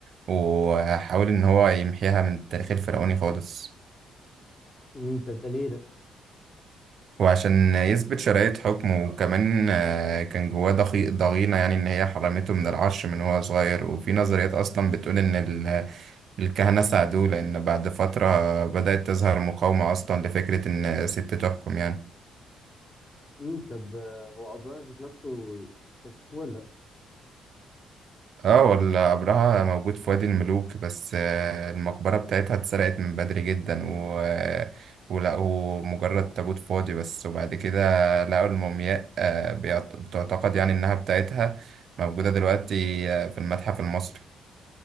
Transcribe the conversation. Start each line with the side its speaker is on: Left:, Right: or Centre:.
Right: وحاول إن هو يمحيها من التاريخ الفرعوني خالص
Left: امم طب ده ليه ده؟
Right: وعشان يثبت شرعية حكمه وكمان آه، كان جواه ضغي- ضغينة يعني إن هي حرمته من العرش من هو صغير وفي نظريات أصلا بتقول إن ال- الكهنة ساعدوه لأن بعد فترة بدأت تظهر مقاومة أصلا لفكرة إن ست تحكم يعني
Left: امم طب آه، هو أبوها ذات نفسه اكتشفوه ولا لأ؟
Right: اه ولا قبرها موجود في وادي الملوك بس آه، المقبرة بتاعتها اتسرقت من بدري جدا و... ولقوا مجرد تابوت فاضي بس وبعد كده لقوا المومياء آه، بيعت- بتعتقد يعني إنها بتاعتها موجودة دلوقتي آه، في المتحف المصري